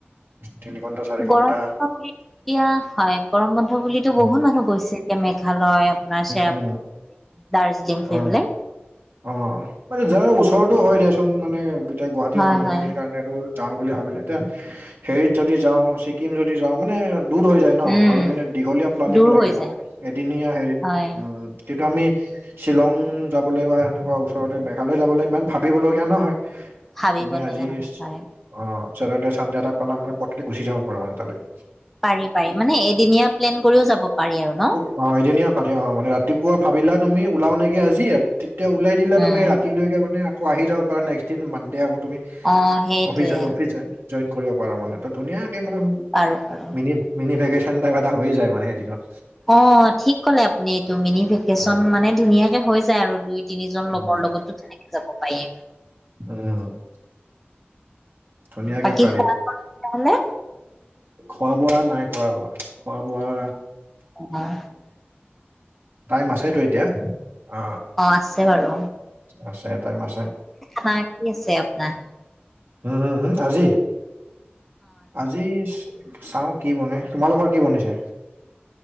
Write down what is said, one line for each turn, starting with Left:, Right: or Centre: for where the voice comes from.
Right: তিনি ঘন্টা চাৰি ঘন্টা
Centre: গৰম বন্ধ বুলি এতিয়া হয় গৰম বন্ধ বুলিতো বহুত
Right: উম
Centre: মানুহ গৈছে, মেঘালয়, আপোনাৰ চেৰাপু-
Right: উম
Centre: দাৰ্জিলিং ফুৰিবলে।
Right: অ অ মানে যাৰ ওচৰতো হয় দিয়াচোন মানে এতিয়া গুৱাহাটীৰ
Centre: হয়
Right: মানুহখিনিৰ
Centre: হয়
Right: কাৰণেতো, যাওঁ বুলি ভাবিলে এতিয়া হেৰিত যদি যাওঁ, ছিক্কিম যদি যাওঁ মানে- দূৰ হৈ যায় ন,
Centre: উম
Right: আৰু মানে দীঘলীয়া প্লানিং
Centre: দূৰ
Right: লাগে
Centre: হৈ
Right: মানে
Centre: যায়
Right: এদিনীয়া হেৰি
Centre: হয়
Right: উম তেতিয়া আমি শ্বিলং যাবলৈ বা তেনেকুৱা ওচৰতে মেঘালয় যাবলৈ ইমান ভাবিব লগীয়া নহয়।
Centre: ভাবিব
Right: তুমি আজি-
Centre: লগা নহয় হয়
Right: অ, চেটাৰদে চানদে এটা পালা মানে পতকে গুচি যাব পৰা মানে তালেকে।
Centre: পাৰি পাৰি। মানে এদিনীয়া প্লেন কৰিও যাব পাৰি আৰু ন?
Right: অ এদিনীয়া ভাৰি অ মানে ৰাতিপুৱা ভাবিলা তুমি ওলাওঁ নেকি আজি, তেতিয়া ওলাই দিলা তুমি
Centre: উম
Right: ৰাতিলৈকে মানে আকৌ আহি যাব পাৰা নেক্স দিন মানদে আকৌ তুমি,
Centre: অ সেইটোৱে
Right: অফিচ অফিচ জইন জ‌ইন কৰিব পাৰা মানে ত ধুনীয়াকে মানে,
Centre: পাৰো পাৰো।
Right: মিনি মিনি ভেকেশন টাইপ এটা হৈয়ে যায় মানে এদিনত।
Centre: অ ঠিক কলে আপুনি এইটো মিনি ভে- কেচন
Right: উম,
Centre: মানে ধুনীয়াকে হৈ যায় আৰু দুই, তিনিজন
Right: উম,
Centre: লগৰ লগতো তেনেকে যাব পাৰেই।
Right: উম! ধুনীয়াকে
Centre: বাকী
Right: পাৰি
Centre: খোৱা-বোৱা হলনে?
Right: খোৱা-বোৱা নাই কৰা। খোৱা-বোৱা
Centre: অঁ!
Right: টাইম আছেতো এতিয়া, অ
Centre: আছে বাৰু
Right: আছে টাইম আছে।
Centre: খানা কি আছে আপোনাৰ?
Right: হুম, হুম, হুম, আজি আজি চাও কি বনে, তোমালোকৰ কি বনিছে?